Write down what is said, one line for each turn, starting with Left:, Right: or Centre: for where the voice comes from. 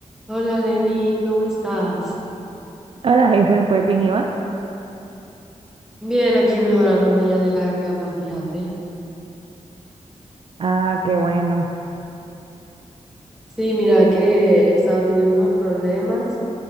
Centre: Hola Lenny, ¿cómo estás?
Right: Hola, Hazel, pues bien, ¿y vas
Centre: Bien, aquí mejorándome ya de la garganta, fíjate.
Right: Ah, qué bueno.
Centre: Sí, mira que estaba teniendo unos problemas